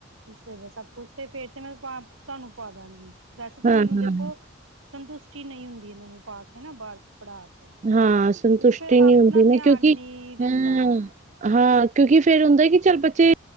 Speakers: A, on the right (about 85°); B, on the right (about 35°).
A: ਇਸ ਲਈ ਬਸ ਸਭ ਕੁਛ ਤੇ ਫੇਰ ਤੇ ਮੈਂ ਤੁਹਾਨੂੰ ਪਾ ਦਾਂਗੀ ਦੱਸ ਤੇ
B: ਹਾਂ
A: ਮੈਨੂੰ
B: ਹਾਂ
A: ਦੇਖੋ
B: ਹਾਂ
A: ਸੰਤੁਸ਼ਟੀ ਨਹੀਂ ਹੁੰਦੀ ਇਹਨਾਂ ਨੂੰ ਪਾ ਕੇ ਨਾ ਬਾਹਰ ਪੜ੍ਹਾ ਕੇ
B: ਹਾਂ ਸੰਤੁਸ਼ਟੀ
A: ਕਿਉਂਕਿ ਫਿਰ
B: ਨਹੀਂੀ
A: ਆਪਣਾ
B: ਹੁੰਦੀ ਨਾ
A: ਧਿਆਨ
B: ਕਿਉਂਕਿ
A: ਨੀ ਰਹਿੰਦਾ
B: ਹਾਂ ਹਾਂ ਕਿਉਂਕਿ ਫੇਰ ਹੁੰਦਾ ਕਿ ਚੱਲ ਬੱਚੇ